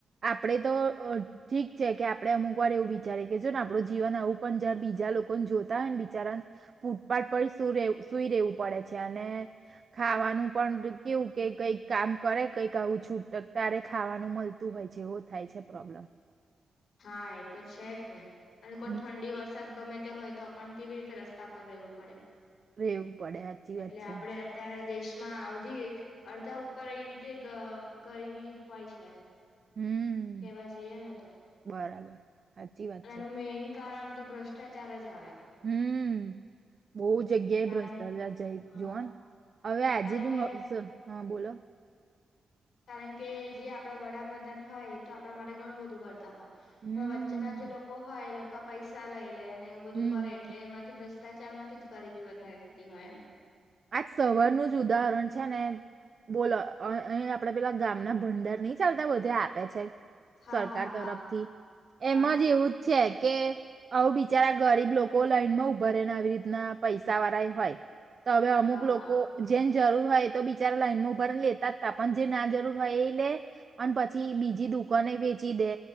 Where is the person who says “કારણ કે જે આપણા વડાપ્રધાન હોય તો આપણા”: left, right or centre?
Left